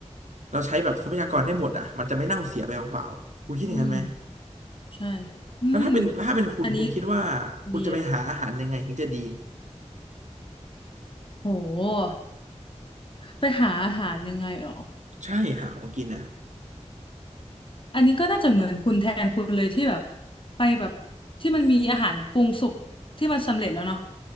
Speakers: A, on the right; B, on the left.
A: เราใช้แบบทรัพยากรได้หมดอ่ะมันจะไม่เน่าเสียไปเปล่าๆคุณคิดอย่างนั้นไหม
B: อืม ใช่อืม
A: แล้วถ้าเป็นถ้าเป็นคุณคุณคิดว่า
B: อันนี้
A: คุณจะไปหาอาหารยังไงถึงจะดี
B: ดีเลย โห ไปหาอาหารยังไงหรอ
A: ใช่หาของกินอ่ะ
B: อันนี้ก็น่าจะเหมือนคุณแทนคุณเลยที่แบบไปแบบที่มันมีอาหารปรุงสุกที่มันสำเร็จแล้วเนาะ